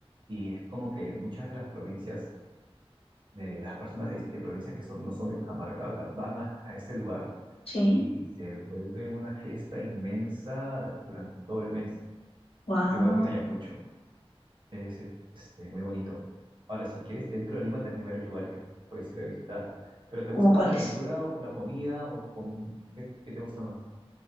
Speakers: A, on the right (about 50°); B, on the left (about 75°).
A: y es como que muchas de las provincias, de las personas de, de provincias que son, no son de Cajamarca, o sea, van a a este lugar
B: sí,
A: y se vuelve una fiesta inmensa durante todo el mes,
B: wow.
A: igual que en Ayacucho. Es este, muy bonito. Ahora, si quieres, dentro de Lima también hay varios lugares que puedes ir a visitar. ¿Pero te gusta
B: ¿Cómo cuáles?
A: más la aventura, o la comida o com- ¿Qué, qué te gusta más?